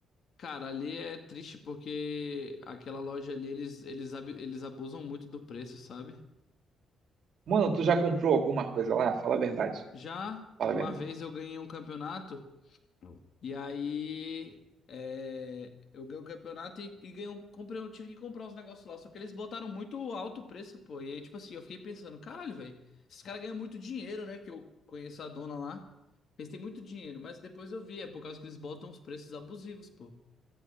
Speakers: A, on the left (about 60°); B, on the right (about 65°).
A: cara, ali é triste porque aquela loja ali eles, eles, ab- eles abusam muito do preço, sabe?
B: Mano, tu já comprou alguma coisa lá? Fala a verdade.
A: Já
B: Fala
A: uma
B: a verdade.
A: vez eu ganhei um campeonato. E aí é, eu ganhei o campeonato e, e ganhei um, comprei, eu tive que comprar os negócios lá. Só que eles botaram muito alto o preço, pô. E aí, tipo assim, eu fiquei pensando, caralho, velho, esses caras ganham muito dinheiro, né? Porque eu conheço a dona lá. Eles têm muito dinheiro, mas depois eu vi, é por causa que eles botam os preços abusivos, pô.